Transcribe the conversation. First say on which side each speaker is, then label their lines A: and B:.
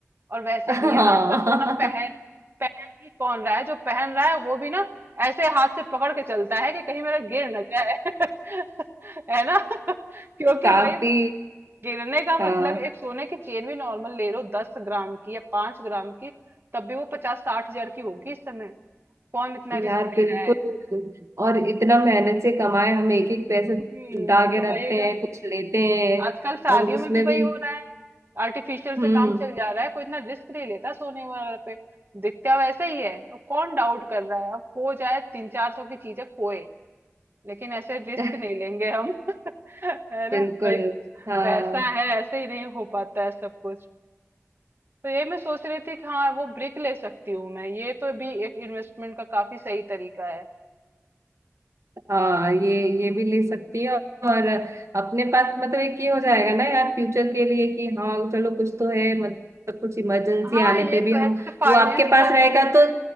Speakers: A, on the right (about 50°); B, on the right (about 75°).
A: और वैसे
B: हाँ
A: भी यार आजकल सोना पहन
B: <laughs>
A: पहन ही कौन रहा है जो पहन रहा है वो भी ना ऐसे हाथ से पकड़ के चलता है कि कहीं मेरा गिर ना जाए <laughs> है ना <laughs> क्योंकि
B: काफी
A: भाई वो गिरने का मतलब
B: हाँ
A: एक सोने की चेन भी नॉर्मल ले लो दस ग्राम की या पांच ग्राम की तब भी वो पचास साठ हजार की होगी इस समय कौन इतना
B: यार
A: रिस्क ले
B: बिल्कुल
A: रहा है
B: और इतना मेहनत से कमाए हम एक एक पैसे
A: <laughs> हम्म,
B: जुटा के
A: तो वही
B: रखते
A: ना
B: हैं कुछ लेते हैं
A: आजकल शादियों
B: और उसमें
A: में भी वही
B: भी
A: हो रहा है आर्टिफिशियल से
B: हम्म
A: काम चल जा रहा है कोई इतना रिस्क नहीं लेता सोने वगैरह पे दिखता वैसे ही है अब कौन डाउट कर रहा है अब खो जाए तीन चार सौ की चीजें खोए लेकिन ऐसे रिस्क
B: <laughs>
A: नहीं लेंगे हम <laughs> है ना
B: बिल्कुल
A: भाई
B: हाँ
A: पैसा है ऐसे ही नहीं हो पाता है सब कुछ तो ये मैं सोच रही थी कि हाँ वो ब्रिक ले सकती हूँ मैं ये तो भी एक इन्वेस्टमेंट का काफी सही तरीका है
B: हाँ ये ये भी ले सकती है और अपने पास मतलब एक ये हो जाएगा ना यार फ्यूचर के लिए कि हाँ चलो कुछ तो है मतलब कुछ इमरजेंसी
A: हाँ
B: आने
A: ये
B: पे भी
A: तो
B: हम
A: है जैसे फाइनेंस
B: वो आपके पास
A: का
B: रहेगा
A: तो
B: तो